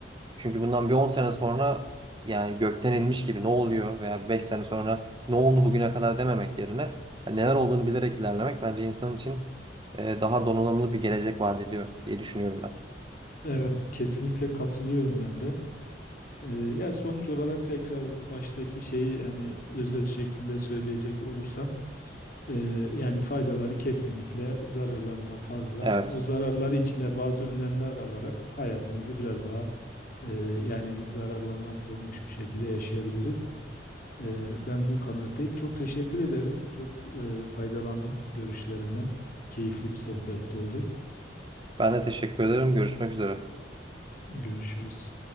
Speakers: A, on the right; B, on the left.
A: çünkü bundan bir 10 sene sonra yani gökten inmiş gibi ne oluyor veya 5 sene sonra ne oldu bugüne kadar dememek yerine hani neler olduğunu bilerek ilerlemek bence insan için e, daha donanımlı bir gelecek vaat ediyor diye düşünüyorum ben.
B: Evet kesinlikle katılıyorum ben de. Ee, yani sonuç olarak tekrar baştaki şeyi yani özet şeklinde söyleyecek olursam Ee, yani faydaları kesinlikle zararlarından fazla.
A: Evet.
B: O zararları içinde bazı önlemler alarak hayatımızı biraz daha e, yani zararlarından korunmuş bir şekilde yaşayabiliriz. Ee, ben bu kanaatteyim. Çok teşekkür ederim. Çok e, faydalandım görüşlerinden. Keyifli bir sohbet oldu.
A: Ben de teşekkür ederim. Görüşmek üzere.
B: Görüşürüz.